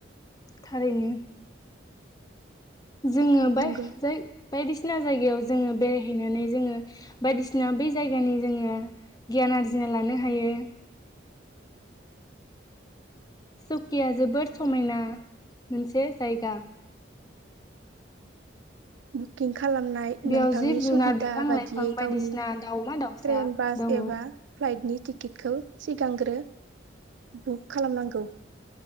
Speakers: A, on the left (about 20°); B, on the right (about 75°).
A: थारैनो जोङो बाय
B: नंगौ
A: जाय बायदिसिना जायगायाव जोङो बेरायहैनानै जोङो बायदिसिना बै जायगानि जोङो गियान आरजिना लानो हायो। सुकिया जोबोद समायना मोनसे जायगा।
B: बुकिं खालामनाय
A: बेयाव
B: नोंथांनि
A: जिब
B: सुबिदा
A: जुनार बिफां
B: बादियै
A: लाइफां बायदिसिना
B: गावनि
A: दाउमा दाउसा
B: ट्रेन बास
A: दङ
B: एबा फ्लाइटनि टिकेट खौ सिगांग्रो बुक खालामनांगौ